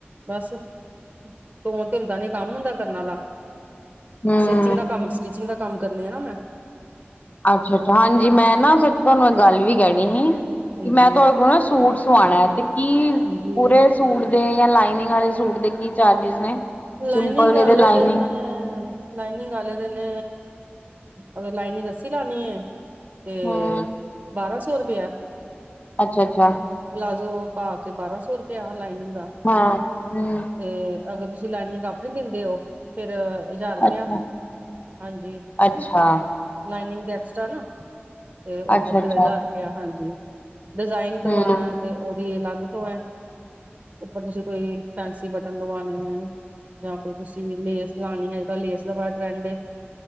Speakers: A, on the right; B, on the left.
A: ਬਸ ਸੋਣ ਤੇ ਹੁੰਦਾ ਨੀ ਕੰਮ ਹੁੰਦਾ ਕਰਨ ਵਾਲਾ।
B: ਹੂੰ
A: ਸਟਿਚਿੰਗ ਦਾ ਕੰਮ, ਸਟਿਚਿੰਗ ਦਾ ਕੰਮ ਕਰਨੀੇ ਆ ਨਾ ਮੈਂ।
B: ਅੱਛਾ-ਅੱਛਾ ਹਾਂਜੀ ਮੈਂ ਨਾ ਤੁਹਾਨੂੰ ਇੱਕ ਗੱਲ ਵੀ ਕਹਿਣੀ ਸੀ।
A: ਹਾਂਜੀ
B: ਮੈਂ ਤੁਹਾਡੇ ਕੋਲ ਨਾ, ਸੂਟ ਸਵਾਣਾ ਹੈ ਤੇ ਕੀ
A: ਹਾਂਜੀ।
B: ਪੂਰੇ ਸੂਟ ਦੇ, ਜਾਂ ਲਾਈਨਿੰਗ ਵਾਲੇ ਸੂਟ ਦੇ ਕੀ ਚਾਰਜਿਸ ਨੇ।
A: ਲਾਈਨਿੰਗ
B: ਸਿੰਪਲ
A: ਵਾਲੇ
B: ਤੇ ਲਾਈਨਿੰਗ
A: ਦੇ ਨ ਲਾਈਨਿੰਗ ਵਾਲੇ ਦੇ ਨਾ ਅਗਰ ਲਾਈਨਿੰਗ ਅਸੀ ਲਾਣੀ ਹੈ ਤੇ
B: ਹਾਂ
A: ਬਾਰਾਂ ਸੌ ਰੁਪਇਆ।
B: ਅੱਛਾ-ਅੱਛਾ।
A: ਪਲਾਜ਼ੋ ਪਾ ਕੇ, ਬਾਰਾਂ ਸੌ ਰੁਪਇਆ ਲਾਈਨਿੰਗ ਦਾ।
B: ਹਾਂ ਹੂੰ
A: ਤੇ ਅਗਰ ਤੁਸੀਂ ਤੁਸੀ ਲਾਈਨਿੰਗ ਆਪਣੀ ਦਿੰਦੇ ਹੋ। ਫਿਰ ਹਜ਼ਾਰ ਰੁਪਆ
B: ਅੱਛਾ
A: ਹਾਂਜੀ
B: ਅੱਛਾ
A: ਲਾਈਨਿੰਗ ਦੇ ਐਕਸਟ ਨਾ ਤੇ ਉੰਜ
B: ਅੱਛਾ-ਅੱਛਾ
A: ਫਿਰ ਹਜਾਰ ਰੁਪਆ ਹਾਂਜੀ। ਡਿਜ਼ਾਇਨ ਕਰਵਾਉਣਾ
B: ਹੂੰ-ਹੂੰ
A: ਤੇ ਉਹਦੀ ਅਲੱਗ ਤੋਂ ਹੈ ਉੱਪਰ ਤੁਸੀਂ ਕੋਈ ਫੈਸੀ ਬਟਨ ਲਵਾਣੇ ਨੇ। ਜਾਂ ਕੋਈ ਤੁਸੀਂ ਲੇਸ ਲਾਉਣੀ ਆ ਅਜ ਕੱਲ ਲੇਸ ਦਾ ਬੜਾ ਟਰੈਂਡ ਹੈ,